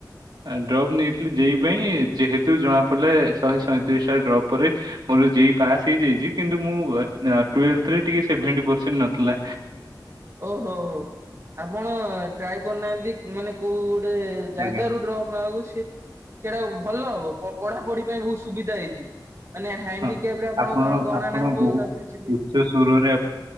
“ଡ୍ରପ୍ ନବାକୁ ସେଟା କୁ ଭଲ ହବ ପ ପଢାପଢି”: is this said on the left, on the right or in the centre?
Right